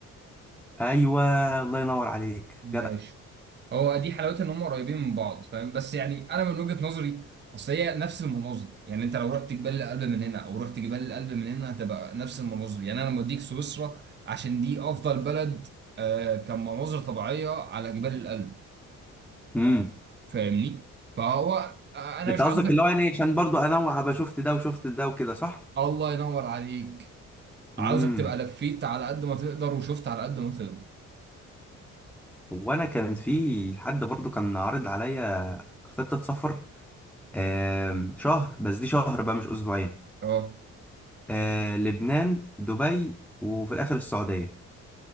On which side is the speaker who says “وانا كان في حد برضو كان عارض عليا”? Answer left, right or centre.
Centre